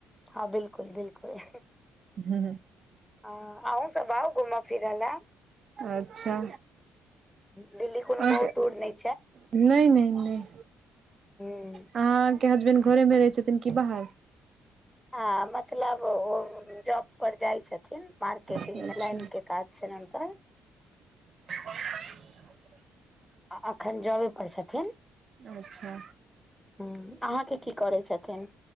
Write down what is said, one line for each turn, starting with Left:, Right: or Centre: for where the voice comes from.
Centre: हँ बिल्कुल बिल्कुल
Right: हू
Centre: ह आहू सब आउ घूमऽ फिरऽ लए
Right: अच्छा
Centre: दिल्ली कोनो
Right: अ
Centre: बहुत दूर नहि
Right: नहि नहि नहि
Centre: छै
Right: अहाँके हसबैंड घरे मऽ रहै छथिन कि बाहर
Centre: आ मतलब ओ जॉब पर जाइ छथिन मार्केटिंग
Right: अच्छा
Centre: मे लाइन के काज छैन हुनकर
Right: <unintelligible>
Centre: आ एखन जॉबे पर छथिन
Right: अच्छा
Centre: हुँ अहाँकेँ की करै छथिन